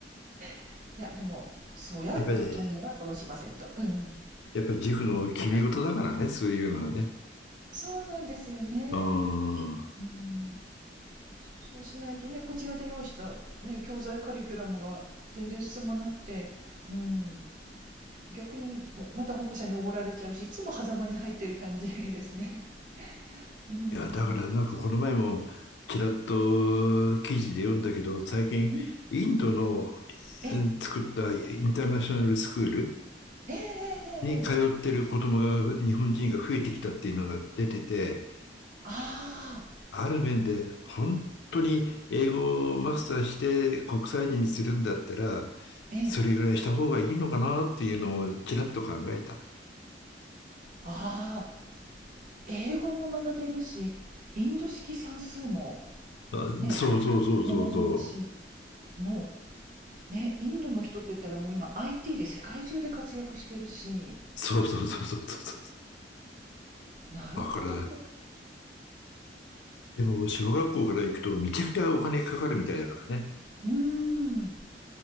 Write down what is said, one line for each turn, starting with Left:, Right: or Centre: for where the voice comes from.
Right: <laughs> いや、でも、そうやうわ問屋は殺しませんと。
Left: やっぱり、
Right: うんうん。
Left: やっぱり塾の決め事だからね、そういうのはね。
Right: そうなんですよね。
Left: うん。い
Right: うん。そうしないとね、こちらで用意した、ね、教材カリキュラムが全然進まなくて、うん、逆にもまた保護者におごられちゃうし、いつも狭間に入ってる感じですね。うん。
Left: や、だからなんかこの前も、ちらっと記事で読んだけど、最近、
Right: うん。
Left: インドの
Right: え、
Left: 作ったインターナショナルスクール
Right: ええええええ
Left: に通ってる子供が、日本人が増えてきたっていうのが出てて、
Right: ああ、
Left: ある面で本当に英語をマスターして国際人にするんだったら、
Right: ええ、
Left: それぐらいした方がいいのかなっていうのをちらっと考えた。
Right: ああ、英語も学べるし、インド式算数も
Left: あそうそうそうそうそう。
Right: ね、学べるし、もうね、インドの人って言ったらもう今 IT で世界中で活躍してるし、
Left: そうそうそうそうそうそう。
Right: なるほど。
Left: だから、でも小学校から行くとめちゃくちゃお金かかるみたいだからね。
Right: うーん。